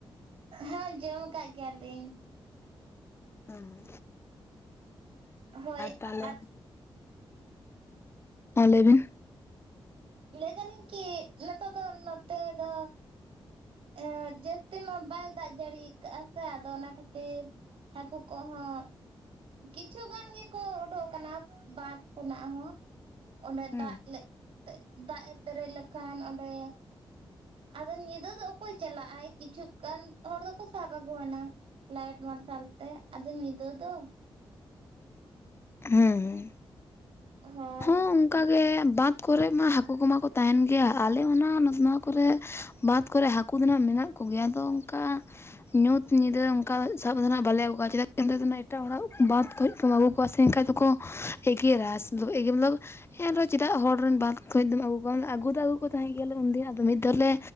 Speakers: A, on the right; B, on the left.
A: ᱦᱮᱸᱡᱚᱢᱠᱟᱜ ᱜᱮᱭᱟᱞᱤᱧ᱾
B: ᱦᱸ᱾
A: ᱦᱳᱭ
B: ᱛᱟᱦᱚᱞᱮ
A: ᱟᱫ
B: ᱦᱮᱸ ᱞᱟᱹᱭ ᱵᱤᱱ᱾
A: ᱞᱟᱹᱭ ᱫᱟᱞᱤᱧ ᱠᱤ ᱱᱤᱛᱚᱜ ᱫᱚ ᱱᱚᱛᱮ ᱫᱚ ᱮᱸ ᱡᱟᱹᱥᱛᱤ ᱢᱟ ᱵᱟᱭ ᱫᱟᱜ ᱡᱟᱹᱲᱤ ᱠᱟᱜᱼᱟ ᱥᱮ ᱟᱫᱚ ᱚᱱᱟ ᱠᱷᱟᱹᱛᱤᱨ ᱦᱟᱹᱠᱩ ᱠᱚᱦᱚᱸ ᱠᱤᱪᱷᱩ ᱜᱟᱱ ᱜᱮᱠᱚ ᱩᱰᱩᱜ ᱠᱟᱱᱟ ᱵᱟᱸᱫ ᱠᱷᱱᱟᱜ ᱦᱚᱸ᱾ ᱚᱸᱰᱮ
B: ᱦᱩᱸ
A: ᱫᱟᱜ ᱞᱮ ᱛᱮ ᱫᱟᱜ ᱮ ᱯᱮᱨᱮᱡ ᱞᱮᱠᱷᱟᱱ ᱚᱸᱰᱮ ᱟᱫᱚ ᱧᱤᱫᱟᱹ ᱫᱚ ᱚᱠᱚᱭ ᱪᱟᱞᱟᱜ-ᱟᱭ ᱠᱤᱪᱷᱩ ᱜᱟᱱ ᱦᱚᱲ ᱫᱚᱠᱚ ᱥᱟᱵ ᱟᱹᱜᱩ ᱟᱱᱟ ᱞᱟᱭᱤᱴ ᱢᱟᱨᱥᱟᱞ ᱛᱮ ᱟᱫᱚ ᱱᱤᱸᱫᱟᱹ ᱫᱚ᱾
B: ᱦᱩᱸ,
A: ᱦᱳᱭ
B: ᱦᱩᱸ ᱚᱱᱠᱟ ᱜᱮ ᱵᱟᱸᱫᱽ ᱠᱚᱨᱮᱜ ᱢᱟ ᱦᱟᱹᱠᱩ ᱠᱚᱢᱟ ᱠᱚ ᱛᱟᱦᱮᱱ ᱜᱮᱭᱟ, ᱟᱞᱮ ᱚᱱᱟ ᱱᱚ ᱱᱚᱣᱟ ᱠᱚᱨᱮ ᱵᱟᱸᱫᱽ ᱠᱚᱨᱮ ᱦᱟ ᱠᱩ ᱫᱚ ᱱᱟᱦᱟᱜ ᱢᱮᱱᱟᱜ ᱠᱚᱜᱮᱭᱟ ᱟᱫᱚ ᱚᱱᱠᱟ ᱧᱩᱛ ᱧᱤᱫᱟᱹ ᱚᱱᱠᱟ ᱫᱚ ᱥᱟᱵ ᱠᱟᱛᱮ ᱱᱟᱦᱟᱜ ᱵᱟᱞᱮ ᱟᱹᱜᱩᱣᱟ ᱪᱮᱫᱟᱜ <inaudible> ᱮᱴᱟᱜ ᱦᱚᱲᱟᱜ ᱵᱟᱸᱫᱽ ᱠᱷᱚᱡ ᱠᱚᱢ ᱟᱹᱜᱩ ᱠᱚ ᱠᱚᱣᱟ ᱥᱮ ᱮᱱᱠᱷᱟᱡ ᱫᱚᱠᱚ ᱮᱜᱮᱨᱟ, ᱮᱜᱮᱨ ᱢᱚᱛᱞᱚᱵ ᱦᱮᱸ ᱟᱫᱚ ᱪᱮᱫᱟᱜ ᱦᱚᱲ ᱨᱮᱱ ᱵᱟᱸᱫ ᱠᱷᱚᱡ ᱫᱚᱢ ᱟᱹᱜᱩ ᱠᱚᱣᱟᱢ, ᱟᱹᱜᱩ ᱫᱚ ᱟᱹᱜᱩ ᱠᱚ ᱛᱟᱦᱮᱸᱜ ᱜᱮ ᱟᱞᱮ ᱩᱱ ᱫᱤᱱ ᱟᱫᱚ ᱢᱤᱫ ᱫᱷᱟᱣ ᱞᱮ